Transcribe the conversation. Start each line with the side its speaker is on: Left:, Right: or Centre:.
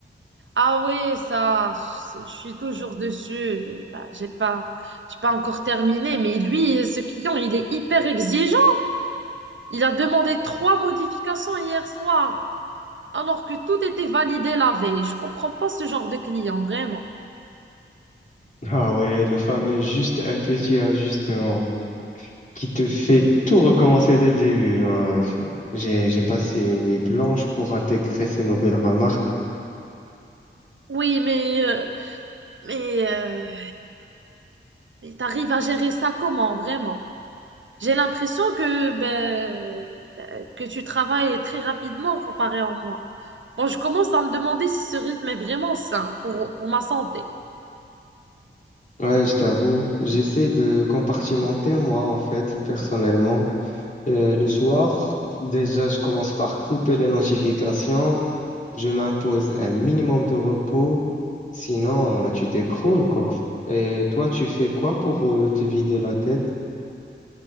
Right: Ah oui, ça, je suis toujours dessus. Ben, j'ai pas, j'ai pas encore terminé, mais lui, ce client, il est hyper exigeant. Il a demandé trois modifications hier soir, alors que tout était validé la veille. Je comprends pas ce genre de client, vraiment.
Left: Ah ouais, le fameux juste un petit ajustement. qui te fait tout recommencer dès le début. hein. J'ai, j'ai passé une nuit blanche pour intégrer ces nouvelles remarques.
Right: Oui, mais, euh, mais, euh, mais t'arrives à gérer ça comment, vraiment? J'ai l'impression que, ben, ben, que tu travailles très rapidement comparé à moi. Bon, je commence à me demander si ce rythme est vraiment sain pour, pour ma santé.
Left: Ouais, je t'avoue, j'essaie de compartimenter moi en fait, personnellement. Euh, le soir, déjà, je commence par couper les notifications. Je m'impose un minimum de repos. Sinon, euh, tu t'écroules, quoi. Et toi, tu fais quoi pour euh, te vider la tête?